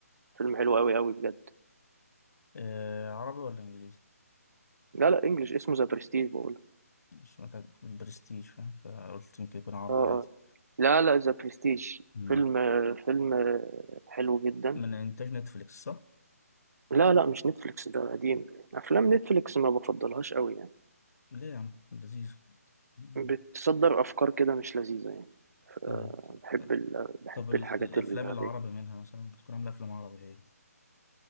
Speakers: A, on the right (about 75°); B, on the left (about 80°).
A: فيلم حلو أوي أوي بجد
B: آه، عربي ولا انجليزي؟
A: لا لا إنجلش اسمه ذا برستيج بقول
B: سمعتك برستيج فاهم فقلت يمكن يكون عربي
A: اه اه
B: عادي
A: لا لا ذا برستيج
B: مم.
A: فيلم آه، فيلم آه، حلو جدا
B: من إنتاج نتفليكس صح؟
A: لا لا مش نتفليكس ده قديم أفلام نتفليكس ما بفضلهاش أوي يعني
B: ليه يا عم لذيذ مم.
A: بتصدر أفكار كده مش لذيذة يعني فبحب
B: طيب
A: ال... بحب
B: طب ال-
A: الحاجات
B: الأفلام
A: العادية
B: العربي منها مثلا بتكون عاملة أفلام عربي هي